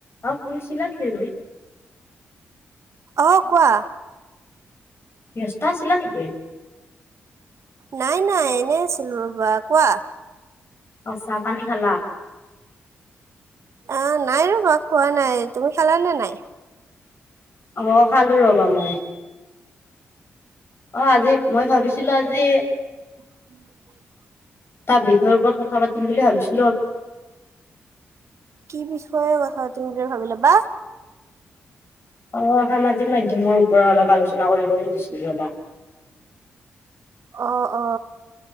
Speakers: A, on the left; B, on the right.
A: অ শুইছিলো নিকি
B: অহ কোৱা
A: ব্যস্ত আছিলা নিকি
B: নাই নাই এনে আছিলো ৰবা কোৱা
A: অ চাহ পানী খালা
B: অ নাই ৰবা খোৱা নাই তুমি খালানে নাই
A: অ খালো ৰবা মই অ আজি মই ভাবিছিলো আজি
B: উওম <unintelligible>
A: তাৰ বিষয়ৰ ওপৰত কথা পাতিম বুলি ভাবিছো
B: কি বিষয় কথা তুমি বুলি ভাবি ল'বা
A: অ এফালে টো মাধ্যমৰ ওপৰত অলপ আলোচনা কৰিব খুজিছিলো ৰবা
B: অ অ